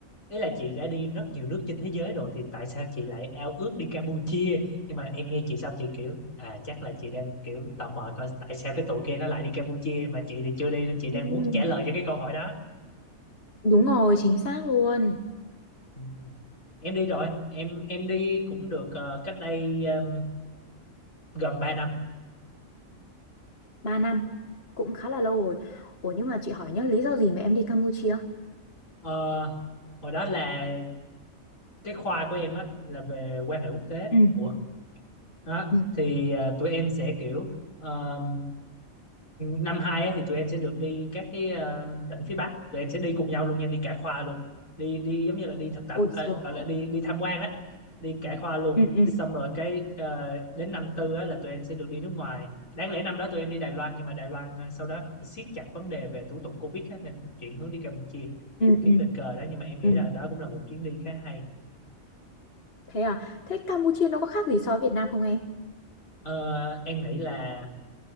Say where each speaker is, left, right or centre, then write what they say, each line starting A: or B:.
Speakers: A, on the left; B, on the left.
A: ý là chị đã đi rất nhiều nước trên thế giới rồi thì tại sao chị lại ao ước đi Campuchia? Nhưng mà em nghe chị xong chị kiểu à chắc là chị đang kiểu tò mò coi tại sao cái tụi kia nó lại đi Campuchia mà chị thì chưa đi nên chị
B: Ừ.
A: đang muốn trả lời cho cái câu hỏi đó.
B: Đúng rồi, chính xác luôn.
A: Ừ. Em đi rồi, em em đi cũng được ờ, cách đây ờ, gần 3 năm.
B: ba năm, cũng khá là lâu rồi. Ủa nhưng mà chị hỏi nhá, lý do gì mà em đi Campuchia?
A: Ờ, hồi đó là cái khoa của em á là về quan hệ quốc tế.
B: ừ
A: Ủa, đó
B: ừ
A: thì ờ, tụi em sẽ kiểu ờ, năm hai ấy, thì tụi em sẽ được đi các cái ờ, tỉnh phía Bắc tụi em sẽ đi cùng nhau luôn nha đi cả khoa luôn đi đi giống như là đi thực tập
B: Ôi
A: à,
B: sướng
A: gọi
B: thế.
A: là đi đi tham quan đó đi cả khoa luôn
B: ừ ừ
A: xong rồi cái ờ, đến năm tư á, là tụi em sẽ được đi nước ngoài đáng lẽ năm đó tụi em đi Đài Loan nhưng mà Đài Loan ờ, sau đó siết chặt vấn đề về thủ tục Covid á, nên chuyển hướng đi Campuchia
B: ừ ừ
A: cái tình cờ đó nhưng mà em nghĩ
B: ừ.
A: là đó cũng là một chuyến đi khá hay
B: Thế à? Thế Campuchia nó có khác gì so với Việt Nam không em?
A: Ờ, em nghĩ là